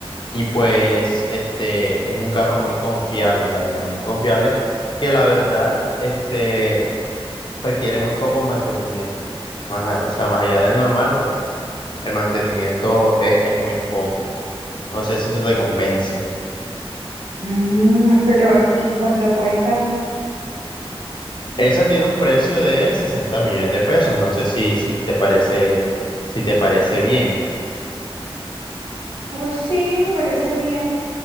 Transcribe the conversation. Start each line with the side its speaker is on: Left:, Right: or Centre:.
Left: Y pues, este, es un carro muy confiable, la verdad, muy confiable, que la verdad, este, requiere muy poco mantenimiento. Más, a- o sea, más allá del normal, pues, el mantenimiento e- es muy poco. No sé si eso te convence.
Right: Mm, pero ¿y cuánto cuesta?
Left: Esa tiene un precio de 60 millones de pesos. No sé si, si te parece, si te parece bien.
Right: Pues sí, me parece bien.